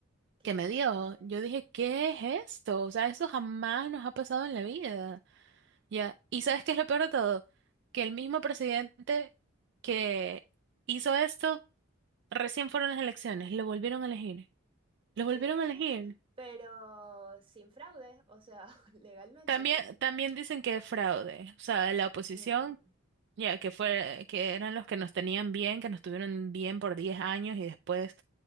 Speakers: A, on the right; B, on the right.
A: Qué
B: que
A: horrible.
B: me dio. Yo dije, ¿qué es esto? O sea, eso jamás nos ha pasado en la vida. Ya. ¿Y sabes qué es lo peor de todo? Que el mismo presidente que hizo esto, recién fueron las elecciones, lo volvieron a elegir. Lo volvieron
A: ¿Qué?
B: a elegir.
A: Pero sin fraude, o sea, <laughs> legalmente.
B: También, también dicen que es fraude. O sea, la oposición
A: Mm,
B: Ya, que fue, que eran los que nos tenían bien, que nos tuvieron bien por 10 años y después